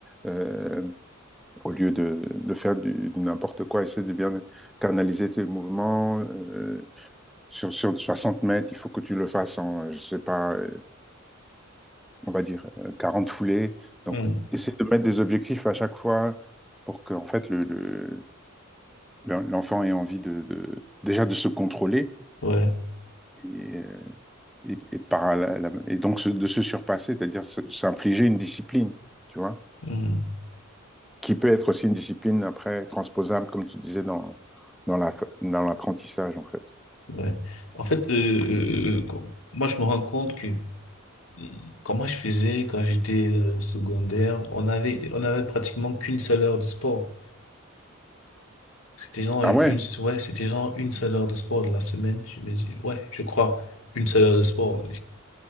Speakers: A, in the centre; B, on the left.
A: euh, au lieu de, de faire du, du n'importe quoi, essaie de bien canaliser tes mouvements. euh, sur, sur 60 mètres, il faut que tu le fasses en, je sais pas, euh, on va dire euh, 40 foulées. Donc,
B: mhm.
A: essaie de mettre des objectifs à chaque fois pour que, en fait, le, le- l'en- l'enfant ait envie de, de- déjà de se contrôler
B: Ouais,
A: et, euh, et, et par la- la- et donc se- de se surpasser, c'est-à-dire se- s'infliger une discipline, tu vois.
B: mhm,
A: qui peut être aussi une discipline après transposable, comme tu disais, dans, dans la, dans l'apprentissage, en fait.
B: ouais. En fait, euh, euh, euh, quand- moi, je me rends compte que euh, comment je faisais quand j'étais euh, au secondaire, on avait on avait pratiquement qu'une seule heure de sport. C'était genre
A: Ah
B: une,
A: ouais,
B: une- ouais, c'était genre une seule heure de sport de la semaine. Je me dis, ouais, je crois une seule heure de sport.